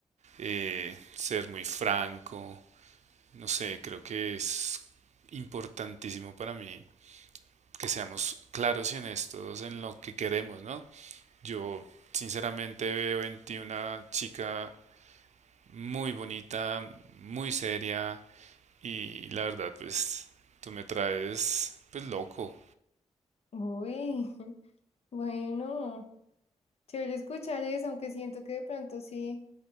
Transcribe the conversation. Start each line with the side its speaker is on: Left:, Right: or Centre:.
Right: eh, ser muy franco, no sé, creo que es importantísimo para mí que seamos claros y honestos en lo que queremos, ¿no? Yo sinceramente veo en ti una chica muy bonita, muy seria y la verdad pues tú me traes pues loco.
Left: Uy, <laughs> bueno, chévere escuchar eso, aunque siento que de pronto sí.